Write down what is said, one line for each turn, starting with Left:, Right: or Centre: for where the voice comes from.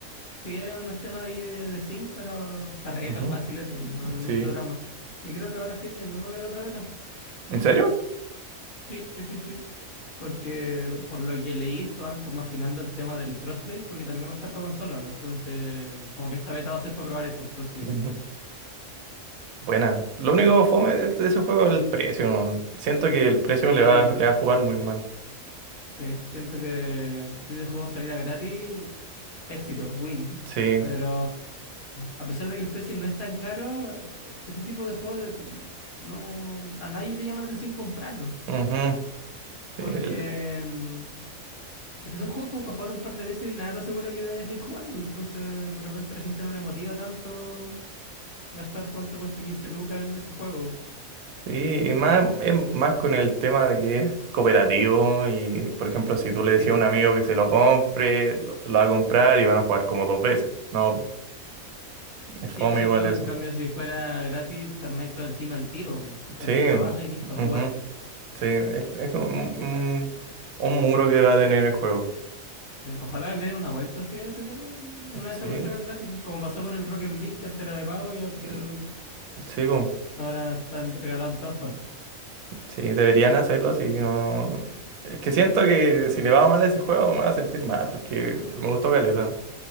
Left: Sí, hay unos temas de ahí de, de sync, pero se arregla
Right: Ujú.
Left: fácil eso, no es mucho
Right: Sí.
Left: drama. Y creo que ahora fin de mes va a haber otra beta.
Right: ¿En serio?
Left: Sí, sí, sí, sí. Porque por lo que leí, estaban como afinando el tema del crossplay, porque también va a estar para consola. pues. Entonces, como que esta beta va a ser para probar eso, el crossplay.
Right: Ujú. Buena. Lo único fome de de ese juego es el precio. Siento que el precio
Left: Sí,
Right: le va, le va a jugar muy mal.
Left: sí, siento que si este juego saliera gratis, éxito, win.
Right: Sí,
Left: Pero a pesar de que el precio no es tan caro, eh, ese tipo de juego de- no, a nadie le llama la atención comprarlo.
Right: ujú, Sí,
Left: Porque
Right: el-
Left: mm, es que son juegos como para jugar un par de veces y nada te asegura que vayas a ir jugándolo. Entonces, de repente a la gente no le motiva tanto gastar cuánto cuesta 15 lucas en ese juego.
Right: sí, y más, es más con el tema de que es cooperativo y, por ejemplo, si tú le
Left: Sí,
Right: decías
Left: pues.
Right: a un amigo que se lo compre, lo, lo va a comprar y van a jugar como dos veces. No, es
Left: Sí,
Right: fome
Left: pues es
Right: igual
Left: lo otro.
Right: eso.
Left: En cambio, si fuera gratis, te armáis todo el team al tiro. po. Cualquiera
Right: Sí,
Left: lo baja y listo,
Right: ujú,
Left: a jugar.
Right: Sí, es, es como un, un- un muro que va a tener el juego.
Left: Eh, Ojalá le den una vuelta así a ese tema y en una
Right: Sí,
Left: de esas lo sacan gratis. Como pasó con el Rocket League, que antes era de pago y al
Right: mm,
Left: final
Right: sí, po.
Left: ahora están regalados en todas partes.
Right: Sí, deberían hacerlo así, no... Es que siento que si le va mal a ese juego me va a sentir mal porque me gustó caleta.